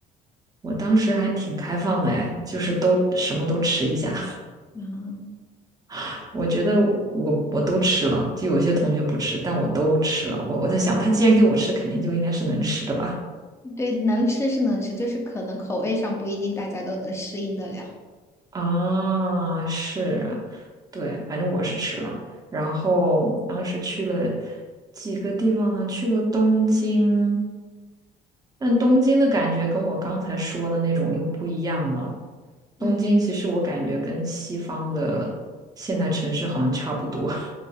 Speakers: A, on the right (about 20°); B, on the left (about 15°).
A: 我当时还挺开放的哎，就是都什么都吃一下。
B: 嗯，
A: <laughs> 我觉得我我都吃了，就有些同学不吃，但我都吃了。我我在想，他既然给我吃，肯定就应该是能吃的吧？
B: 对，能吃是能吃，就是可能口味上不一定大家都能适应得了。
A: 啊，是，对，反正我是吃了。然后当时去了几个地方呢？去了东京，但东京的感觉跟我刚才说的那种又不一样了。
B: 嗯，
A: 东京其实我感觉跟西方的现代城市好像差不多。